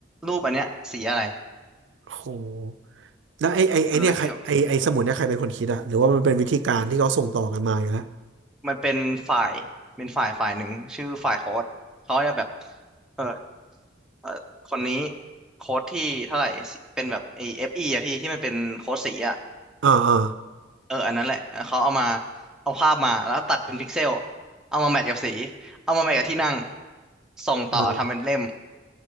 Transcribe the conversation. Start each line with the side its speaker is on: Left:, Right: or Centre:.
Centre: รูปอันเนี้ยสีอะไร
Right: โหแล้วไอ้ไอ้ไอ้เนี่ยใครไอ้ไอ้สมุดเนี่ยใครเป็นคนคิดอะหรือว่ามันเป็นวิธีการที่เขาส่งต่อกันมาอยู่แล้ว
Centre: มันลึกอยู่ มันเป็นฝ่ายเป็นฝ่ายฝ่ายหนึ่งชื่อฝ่ายโค้ดเขาจะแบบเออเออคนนี้โค้ดที่เท่าไหร่สิเป็นแบบไอเอฟอีอะพี่ที่มันเป็นโค้ดสีอะ
Right: อ่าอ่า
Centre: เอออันนั้นแหละเขาเอามาเอาภาพมาแล้วตัดเป็นพิกเซลเอามาแมทกับสีเอามาแมทกับที่นั่งส่งต่อทำเป็นเล่ม
Right: อออ